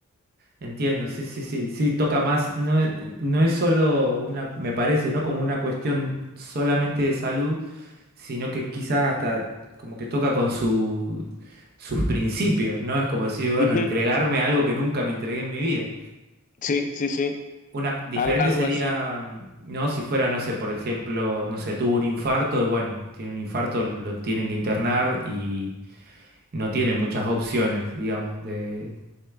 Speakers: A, on the right; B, on the left.
A: entiendo, sí, sí, sí, sí, toca más, no, no es solo una, me parece, ¿no? Como una cuestión solamente de salud, sino que quizás hasta como que toca con su, sus principios, ¿no? Es como decir, bueno,
B: Ujú,
A: entregarme a algo que nunca me entregué en mi vida.
B: Sí, sí, sí,
A: Una diferente
B: al- algo
A: sería,
B: así.
A: mm, ¿no? Si fuera, no sé, por ejemplo, no sé, tuvo un infarto y bueno, tiene un infarto, lo tienen que internar y no tiene muchas opciones, digamos, de...